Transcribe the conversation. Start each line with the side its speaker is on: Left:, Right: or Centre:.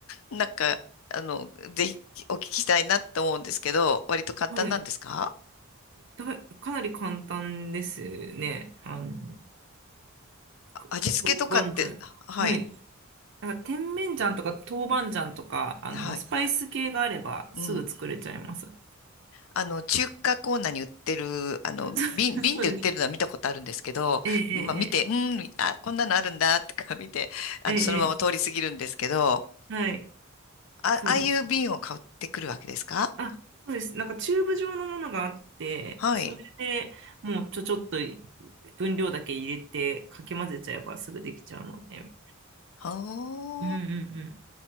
Left: う。なんか、あの、ぜひお聞きしたいなって思うんですけど、割と簡単なんですか
Right: はい。だ、かなり簡単ですね。あの、く豆板醤とか。
Left: 味付けとかって、はい、
Right: はい。なんか、甜麺醤とか豆板醤とか、あの、
Left: はい、
Right: スパイス系があればすぐ作れちゃいます。
Left: うん。
Right: <laughs>
Left: あの、中華コーナーに売ってる、あの、
Right: あそうそうです。
Left: 瓶、瓶で売ってるのは見たことあるんですけど、
Right: えええ
Left: まあ見て、うん、あ、こんなのあるんだ、とか見て、あの、
Right: えええええええ
Left: そのまま通り過ぎるんですけど、
Right: はい、
Left: あ、
Right: そうですね。
Left: ああいう瓶を買ってくるわけですか
Right: あ、そうです。なんかチューブ状のものがあって、
Left: はい。
Right: それでもうちょちょっと分量だけ入れてかき混ぜちゃえばすぐできちゃうので。
Left: は
Right: うんうん